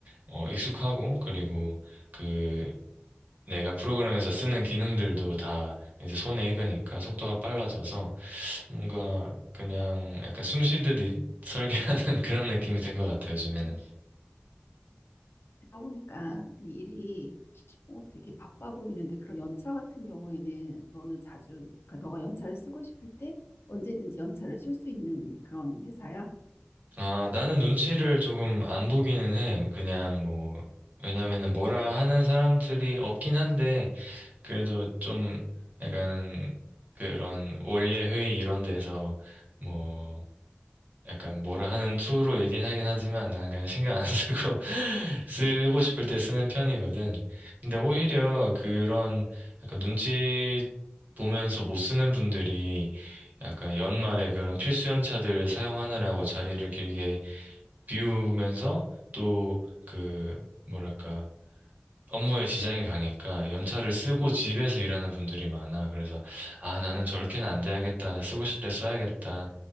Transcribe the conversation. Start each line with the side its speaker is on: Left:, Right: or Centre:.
Right: 어, 익숙하고 그리고 그 내가 프로그램에서 쓰는 기능들도 다 이제 손에 익으니까 속도가 빨라져서 뭔가 그냥 약간 숨 쉬듯이 설계하는 <laughs> 그런 느낌이 된 것 같아요, 요즘에는.
Left: 음. 제가 보니까 네 일이 어, 되게 바빠 보이는데 그런 연차 같은 경우에는 너는 자주, 그러니까 너가 연차를 쓰고 싶을 때 언제든지 연차를 쓸 수 있는 그런 회사야?
Right: 아, 나는 눈치를 조금 안 보기는 해. 그냥 뭐, 왜냐면은 뭐라 하는 사람들이 없긴 한데, 그래도 좀 약간 그런 원래 회의 이런 데서 뭐, 약간 뭐라 하는 투로 얘기는 하긴 하지만 난 그냥 신경 안 쓰고 <laughs> 쓰고
Left: 음.
Right: 싶을 때 쓰는 편이거든. 근데 오히려 그런 약간 눈치 보면서 못 쓰는 분들이 약간 연말에 그런 필수 연차들 사용하느라고 자리를 길게 비우면서 또 그 뭐랄까 업무에 지장이 가니까 연차를 쓰고 집에서 일하는 분들이 많아. 그래서, 아, 나는 저렇게는 안 돼야겠다. 쓰고 싶을 때 써야겠다.